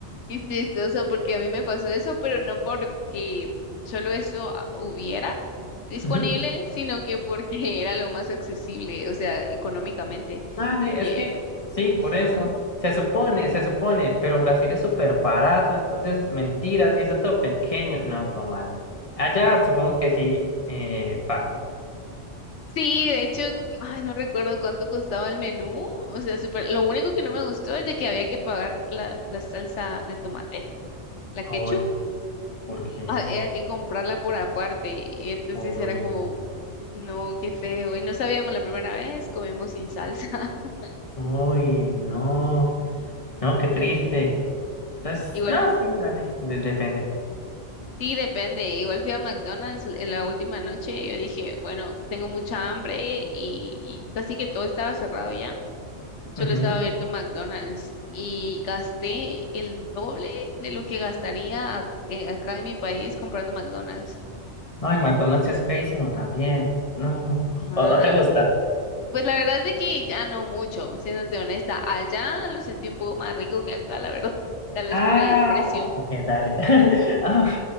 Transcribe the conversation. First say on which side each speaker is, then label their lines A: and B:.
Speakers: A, on the left (about 80°); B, on the left (about 30°).
A: Qué chistoso, porque a mí me pasó eso, pero no porque solo eso ah, hubiera disponible,
B: Ujú.
A: sino que porque <laughs> era lo más accesible, o sea, económicamente.
B: Dale,
A: Eh,
B: es que sí, por
A: ajá.
B: eso. Se supone, se supone, pero Brasil es súper barato, entonces mentiras y eso todo pequeño. No, todo mal. Allá supongo que sí, eh, facto.
A: Sí, de hecho, ay, no recuerdo cuánto costaba el menú, o sea, súper, lo único que no me gustó es de que había que pagar la, la salsa de tomate. la ketchup
B: Ay, ¿por
A: <laughs>
B: qué?
A: había que comprarla por aparte. Y entonces
B: Uy,
A: era como,
B: no.
A: no, qué feo. Y no sabíamos la primera vez, comimos sin salsa. <laughs>
B: Uy, no. No, qué triste.
A: Sí,
B: Entonces,
A: igual,
B: no, sí, gané. De- depende.
A: sí, depende. Igual fui a McDonald's en la última noche. Yo dije, bueno, tengo mucha hambre y, y casi que todo estaba cerrado ya. Solo
B: Ujú.
A: estaba abierto McDonald's. Y gasté el doble de lo que gastaría a- eh, acá en mi país comprando McDonald's.
B: Ay, McDonald's es feísimo también. No.
A: ah
B: ¿O, o te gusta?
A: Pues la verdad es de que ya no mucho, siéndote honesta. Allá lo sentí un poco más rico que acá, la verdad. <laughs> Tal vez
B: Ah,
A: por el precio.
B: ok, dale. <laughs> Ah,